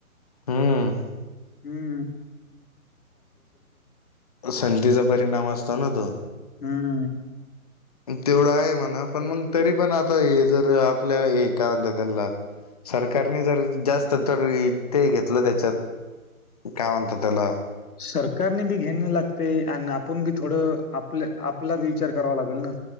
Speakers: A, on the left (about 25°); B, on the left (about 80°).
A: हम्म
B: हम्म.
A: संधीचा परिणाम असतो ना तो
B: हं,
A: तेवढं आहे म्हणा पण मग तरी पण आता हे जर आपल्या हे काय म्हणत त्याला सरकारने जर जास्त तर ते घेतलं त्याच्यात काय म्हणत त्याला
B: सरकारने बी घेयणं लागते आणि आपण बी थोडं आपलं. आपला बी विचार करावा लागेल ना.